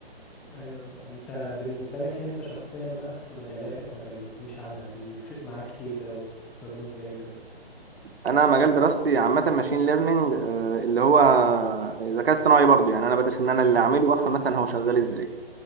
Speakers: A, in the centre; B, on the right.
A: ايوه انت بالنسبة لك انت شخصيا بقى في مجالاتك ما كلمتنيش عنها بيفرق معاك ايه ده وبتستخدمه ازاي وكده
B: انا مجال دراستي عامه ماشين ليرنينج اللي هو ذكاء اصطناعي برضو يعني انا بدرس ان انا اللي
A: مم.
B: اعمله وافهم مثلا هو شغال ازاي